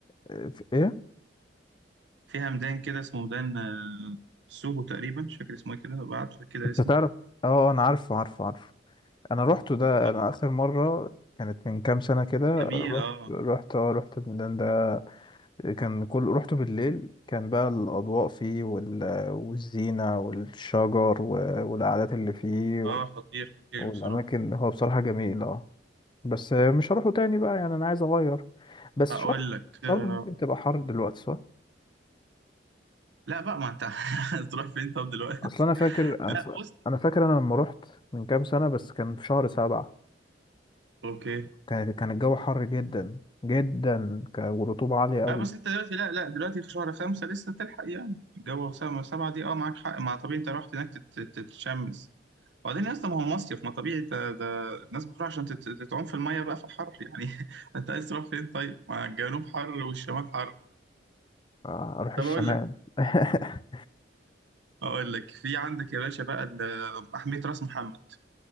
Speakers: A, on the left; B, on the right.
A: آه، في ايه
B: فيها ميدان كده اسمه ميدان آه، سوهو تقريبا مش فاكر اسمه ايه كده بعت لك كده
A: انت
B: اسمه
A: تعرف اه انا عارفه عارفه عارفه انا روحته ده
B: اه
A: انا اخر مره كانت من كام سنه كده
B: جميل
A: رحت
B: اه
A: رحت اه رحت الميدان ده كان كل رحته بالليل كان بقى الأضواء فيه وال... والزينة والشجر و... والقعدات اللي فيه و...
B: اه خطير خطير
A: والأماكن
B: بصراحه
A: هو بصراحة جميل اه بس مش هروحه تاني بقى يعني أنا عايز أغير بس
B: اقول
A: شرم
B: لك آه،
A: شرم ممكن تبقى حر دلوقتي صح؟
B: لا بقى ما انت <laughs> هتروح فين طب دلوقتي
A: أصل أنا فاكر
B: لا <laughs> بص
A: أنا فاكر أنا لما رحت من كام سنة بس كان في شهر سبعة
B: اوكي
A: كان كان الجو حر جدا جدا ك- والرطوبة عالية قوي
B: اه بس انت دلوقتي لا لا دلوقتي في شهر خمسة لسه تلحق يعني الجو سبعة سبعة دي اه معاك حق ما طبيعي انت رحت هناك تت- تت- تتشمس وبعدين اصلا ما هو مصيف ما طبيعي ده, ده الناس بتروح عشان تت- تتعوم في المية بقى في الحر يعني <laughs> انت عايز تروح فين طيب ما الجنوب حر والشمال حر
A: أروح
B: طب
A: الشمال
B: اقول لك
A: <laughs>
B: اقول لك في عندك يا باشا بقى ال- محمية راس محمد